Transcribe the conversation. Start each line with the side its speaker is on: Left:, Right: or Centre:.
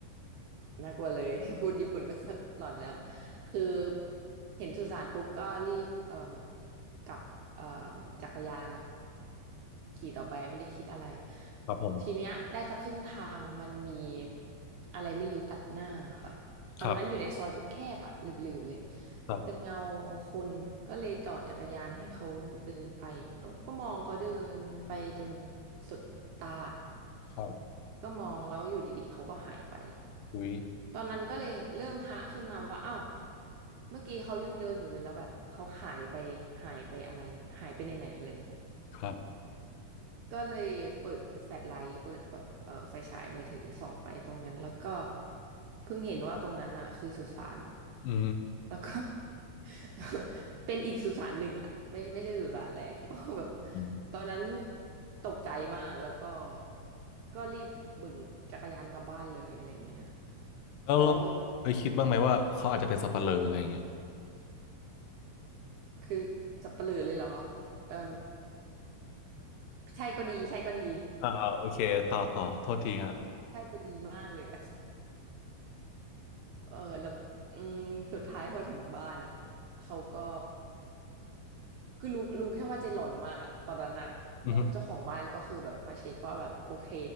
Right: น่ากลัวเลย <laughs> พูดญี่ปุ่นก็ <laughs> หลอนแล้วคือเห็นสุสานปุ๊บก็รีบเอ่มกับเอ่มจักรยานอะขี่ต่อไปไม่ได้คิดอะไร
Left: ครับผม
Right: ทีเนี้ยได้สักครึ่งทางมันมีอะไรไม่รู้ตัดหน้าค่ะตอนนั้นอยู่ในซอยแคบๆอะหลืบๆเลย
Left: ครับครับ
Right: เป็นเงาคนก็เลยจอดจักรยานให้เขาเดินไปก็ก็มองเขาเดินไปจนสุดตา
Left: ครับ
Right: ก็มองแล้วอยู่ดีๆเขาก็หายไป
Left: อุ้ย
Right: ตอนนั้นก็เลยเริ่มหะขึ้นมาว่าอ้าวเมื่อกี้เขายังเดินอยู่เลยแล้วแบบเขาหายไปหายไปอะไรหายไปในไหนอะไรเงี้ย
Left: ครับ
Right: ก็เลยเปิดแฟลชไลท์เปิดแบบเออไฟฉายมือถือส่องไปตรงนั้นแล้วก็เพิ่งเห็นว่าตรงนั้นอ่ะคือสุสาน
Left: อื
Right: แล้วก็ <laughs> เป็นอีกสุสานหนึ่งอ่ะไม่ไม่ใช่สุสานแรก <laughs> แบบ
Left: ม
Right: ตอนนั้นตกใจมากแล้วก็ก็รีบบึ่งจักรยานกลับบ้านเลยอะไรเงี้ย
Left: แล้วเราเคยคิดบ้างไหมว่าเขาอาจจะเป็นสัปเหร่ออะไรอย่างเงี้ย
Right: แล้วคือสับเปลือเลยเหรอเออ ใช่ก็ดีใช่ก็ดี
Left: อ่าๆโอเคต่อต่อโทษทีฮะ
Right: <laughs> ใช่จะดีมากเลย <laughs> อะเออแล้วอืมสุดท้ายพอถึงบ้านอ่ะเขาก็คือรู้รู้แค่ว่าเจหลอนมากอ่ะตอนนั้นอ่ะแล้วเจ้าของบ้านก็คือแบบมาเช็คว่าแบบโอเค
Left: อืม